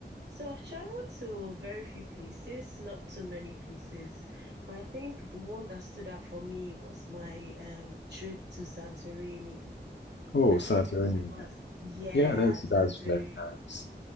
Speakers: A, on the right; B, on the left.
A: So I've traveled to very few places, not too many places, but I think the one that stood out for me was my um, trip to Santorini.
B: Oh,
A: I don't
B: Santorini.
A: know if you've heard about, yeah,
B: Yeah, that's
A: Santorini
B: that's very nice.